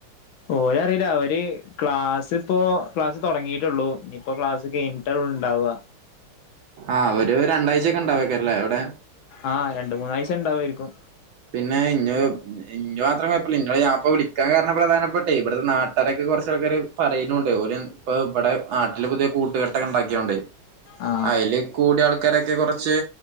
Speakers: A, on the left; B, on the right.
A: ഓര് അറിയില്ല ഓര് ക്ലാസ് ഇപ്പോ ക്ലാസ് തൊടങ്ങിയിട്ടുള്ളു, ഇനിയിപ്പോ ക്ലാസ് കഴിഞ്ഞിട്ടാവും ഉണ്ടാവുക
B: ആഹ് ഒരു രണ്ടാഴ്ചയക്കെ ഉണ്ടാവക്കാരല്ലേ അവിടെ
A: ആഹ് രണ്ട് മൂന്നായ്ച്ച ഉണ്ടാവായിരിക്കും
B: പിന്നെ ഇഞ്ഞ് ഇഞ്ഞി മാത്രപ്പോ നിങ്ങള് ഞാൻപ്പോ വിളാൻ കാരണം പ്രധാനപ്പെട്ട ഇവിടുത്തെ നാട്ടുകാരൊക്കെ കുറച്ച ആൾക്കാര് പറയുന്നുണ്ട് ഓല് ഇപ്പൊ ഇവിടെ നാട്ടില് പുതിയ കൂട്ടുകെട്ടൊക്കെ ഉണ്ടാക്കിയൊണ്ടെയ്
A: ആ
B: അയ്ല് കൂടിയ ആൾക്കാരൊക്കെ കുറച്ച്